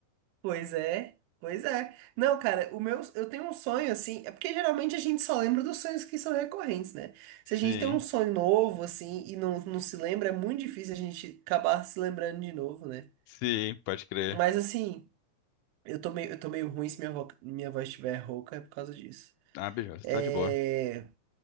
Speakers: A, on the right (about 85°); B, on the left (about 85°).
A: Pois é, pois é. Não, cara, o meu, eu tenho um sonho assim. É porque geralmente a gente só lembra dos sonhos que são recorrentes, né?
B: Sim,
A: Se a gente tem um sonho novo, assim, e não, não se lembra, é muito difícil a gente acabar se lembrando de novo, né?
B: sim, pode crer.
A: Mas assim, eu tô meio, eu tô meio ruim se minha, vo- minha voz estiver rouca, é por causa disso.
B: Ah, beleza,
A: É,
B: tá de boa.